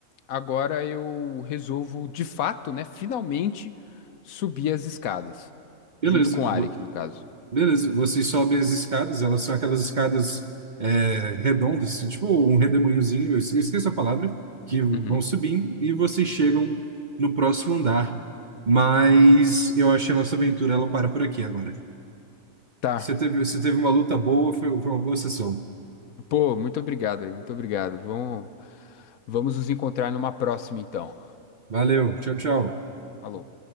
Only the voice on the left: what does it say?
agora eu resolvo, de fato, né? Finalmente subir as escadas.
Junto com
o Arik, no caso.
Uhum.
Tá.
Pô, muito obrigado aí, muito obrigado. Vamos, vamos nos encontrar numa próxima, então.
Falou.